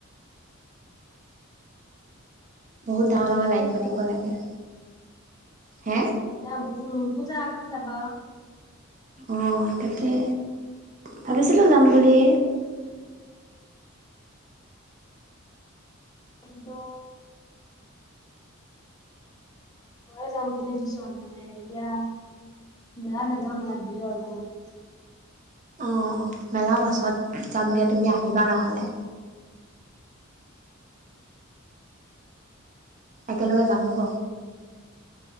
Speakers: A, on the right; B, on the left.
A: বহুত ডাঙৰ
B: এতিয়া
A: ডাঙৰ লাইন পাতিব লাগে হা
B: যাম উম পূজাৰ আগতে যাবা
A: অ' তাকে ভাবিছিলো যাম বুলি
B: কিন্তু, ময় যাম দুদিন পিছত মানে এতিয়া মেলাত নাযাম মেলাত ভিৰ হয় বহুত,
A: অ' মেলা পাছত যাম দিয়া তুমি আহিবা নহলে একেলগে যাম হ'ব,